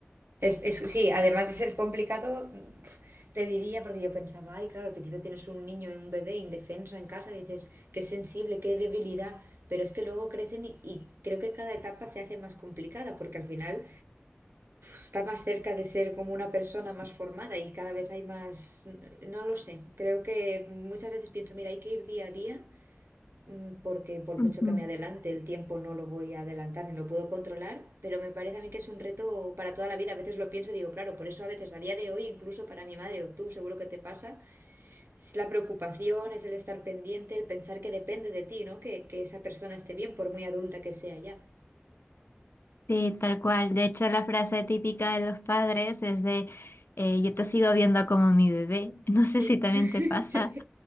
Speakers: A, on the right; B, on the left.
A: Es, es, sí, además es, es complicado, te diría, porque yo pensaba, ay, claro, al principio tienes un niño, un bebé indefenso en casa, y dices, qué sensible, qué debilidad, pero es que luego crecen y, y creo que cada etapa se hace más complicada, porque al final está más cerca de ser como una persona más formada y cada vez hay más, no lo sé, creo que muchas veces pienso, mira, hay que ir día a día mm, porque por
B: aún?
A: mucho que me adelante el tiempo no lo voy a adelantar ni lo puedo controlar, pero me parece a mí que es un reto para toda la vida, a veces lo pienso y digo, claro, por eso a veces a día de hoy, incluso para mi madre o tú, seguro que te pasa, es la preocupación, es el estar pendiente, el pensar que depende de ti, ¿no? Que, que esa persona esté bien, por muy adulta que sea ya.
B: Sí, tal cual. De hecho, la frase típica de los padres es de eh, yo te sigo viendo como mi bebé. <laughs> No sé
A: Sí,
B: si también
A: <laughs>
B: te pasa.
A: sí,